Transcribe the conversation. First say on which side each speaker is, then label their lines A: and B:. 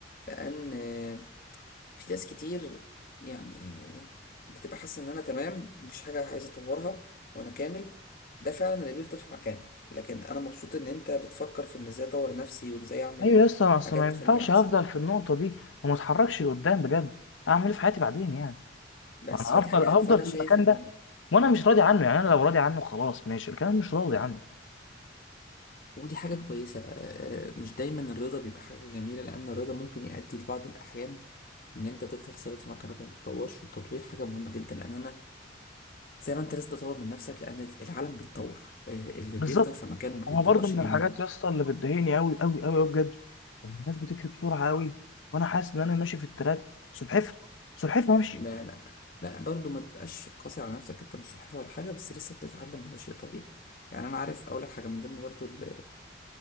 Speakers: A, on the left; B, on the left.
A: لان آه، في ناس كتير يعني بتبقى حاسة إن أنا تمام مفيش حاجة عايز أطورها وأنا كامل ده فعلا اللي بيفضل في مكانه لكن أنا مبسوط إن أنت بتفكر في إن إزاي أطور نفسي وإن إزاي أعمل
B: ايوه يا اسطى ما أصل
A: حاجات
B: ما ينفعش
A: تخليني أحسن
B: هفضل في النقطه دي وما اتحركش لقدام بجد اعمل ايه في حياتي بعدين يعني
A: بس
B: انا
A: فدي
B: هفضل
A: حاجة حلوة
B: هفضل
A: فأنا
B: في
A: شايف
B: المكان
A: إنه
B: ده وانا مش راضي عنه يعني انا لو راضي عنه خلاص ماشي لكن انا مش راضي عنه
A: ودي حاجة كويسة آه، آه، مش دايما الرضا بيبقى حاجة جميلة لأن الرضا ممكن يؤدي في بعض الأحيان إن أنت تفضل ثابت في مكانك وما تتطورش والتطوير حاجة مهمة جدا لأن أنا زي ما أنت لازم تطور من نفسك لأن العالم بيتطور آه، اللي
B: بالظبط
A: بيفضل في مكانه وما بيتطورش
B: انا برضو من
A: بيموت
B: الحاجات يا اسطى اللي بتضايقني قوي قوي قوي بجد إن الناس بتكتب بسرعه قوي وانا حاسس ان انا ماشي في التراك سلحفه سلحفه ماشي
A: لا لا لا برضه ما تبقاش قاسي على نفسك انت مش صحفي ولا حاجه بس لسه بتتعلم وده شيء طبيعي يعني انا عارف اقول لك حاجه من ضمن برضه ال-